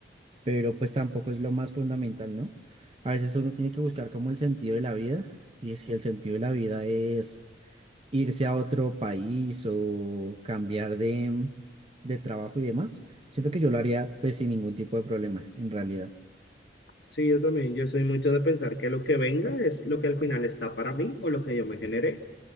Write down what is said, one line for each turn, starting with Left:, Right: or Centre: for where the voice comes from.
Right: pero pues tampoco es lo más fundamental, ¿no? A veces uno tiene que buscar como el sentido de la vida y si el sentido de la vida es irse a otro país o cambiar de, de trabajo y demás, siento que yo lo haría pues sin ningún tipo de problema, en realidad.
Left: sí, yo también, yo soy mucho de pensar que lo que venga es lo que al final está para mí o lo que yo me generé